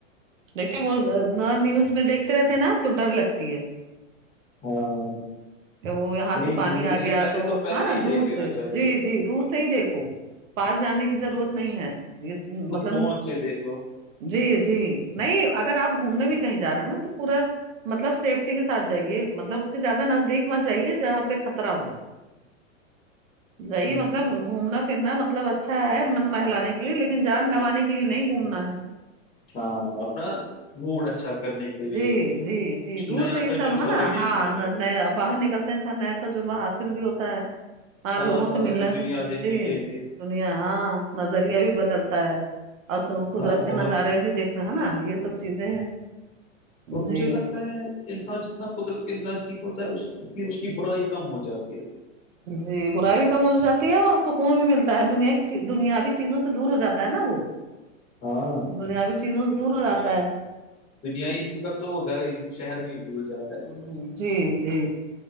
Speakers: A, on the right; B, on the left.
A: دیکھیے بہت وارننگس میں دیکھتے رہتے ہیں نا تو ڈر لگتی ہے
B: ہاں
A: وہ یہاں
B: نہیں
A: سے پانی
B: گھومنے
A: آ
B: سے
A: گیا
B: پہلے
A: تو وہ
B: پہلے
A: تھا نہ
B: ہی
A: دور
B: دیکھ لینا
A: سے
B: چاہیے
A: جی جی دور سے ہی دیکھو پاس جانے کی ضرورت نہیں ہے اس مطلب
B: فون سے دیکھ لو
A: جی جی نہیں اگر آپ گھومنے بھی کہیں جا رہے ہو تو پورا مطلب سیفٹی کے ساتھ جائیے مطلب اس کے زیادہ نزدیک مت جائیے جہاں پہ خطرہ ہو جائیے
B: ہوں،
A: مطلب گھومنا پھرنا مطلب اچھا ہے من لانے کے لیے لیکن جان گوانے کے لیے نہیں گھومنا ہے
B: ہاں مطلب موڈ اچھا کرنے کے لیے
A: جی جی جی دور
B: نیا
A: تو یہ
B: تجربہ
A: سب ہے نہ
B: لینے
A: ہاں
B: کے لیے
A: نیا باہر نکل ٹنزان نیا تجربہ حاصل بھی ہوتا ہے ہاں
B: اللہ
A: لوگوں
B: تعالیٰ
A: سے ملنا
B: کی
A: سے
B: دنیا دیکھنے
A: جی
B: کے لیے
A: دنیا ہاں نظریہ بھی بدلتا ہے اصل قدرت
B: ہاں
A: کے
B: بہت
A: نظارے بھی دیکھ نہ ہے نا یہ سب چیزیں ہیں
B: اور
A: جی
B: مجھے لگ کے انسان جتنا قدرت کے نزدیک ہوتا ہے اس کی برائی کم ہو جاتی ہے
A: جی برائی بھی کم ہو جاتی ہے اور سکون بھی ملتا ہے دنیا کی دنیابی چیزوں سے دور ہو جاتا ہے نا وہ
B: ہاں
A: بوری چیزوں سے دور ہو جاتا ہے
B: دنیائی فکر تو وہ گھر ہی شہر بھی بھول جاتا ہے
A: ھممم جی جی